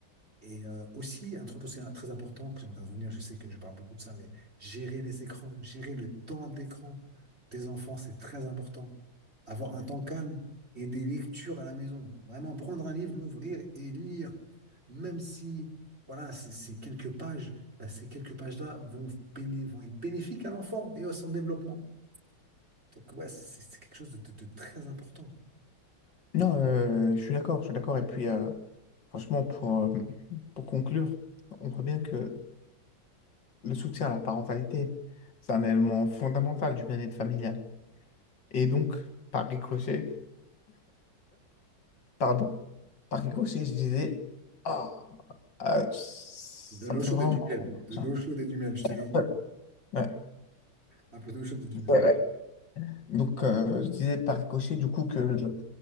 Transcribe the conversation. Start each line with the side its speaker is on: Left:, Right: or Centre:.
Right: Et euh, aussi, un truc aussi très important, que j'aimerais revenir, je sais que je parle beaucoup de ça, mais gérer les écrans, gérer le temps d'écran des enfants, c'est très important. Avoir un temps calme et des lectures à la maison. Vraiment, prendre un livre, l'ouvrir et lire, même si, voilà, c'est c'est quelques pages. bah, ces quelques pages-là vont, béné- vont être bénéfiques à l'enfant et à son développement. Donc, ouais, c'est c'est quelque chose de, de- de très important.
Left: Non, euh, je suis d'accord, je suis d'accord. Et puis, euh, franchement, pour, euh, pour conclure, on voit bien que le soutien à la parentalité, c'est un élément fondamental du bien-être familial. Et donc, par ricochet, Pardon? Par ricochet, je disais, ah, ah, ça
Right: De l'eau
Left: me
Right: chaude
Left: fait vraiment
Right: et du
Left: mal.
Right: miel. De
Left: genre.
Right: l'eau chaude et du miel, je te
Left: Ouais,
Right: l'ai dit.
Left: ouais,
Right: Un peu d'eau chaude et du miel.
Left: ouais, ouais. Donc, euh, je disais par ricochet, du coup, que le-